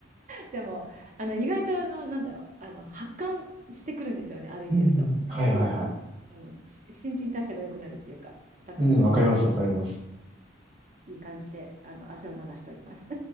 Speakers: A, on the right; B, on the right.
A: でもあの意外とあのなんだろうあの発汗してくるんですよね歩いてると冬でも
B: うん。はいはいはい。
A: あのし新陳代謝が良くなるっていうかだから
B: うん、わかります、わかります。
A: いい感じであの汗を流しております。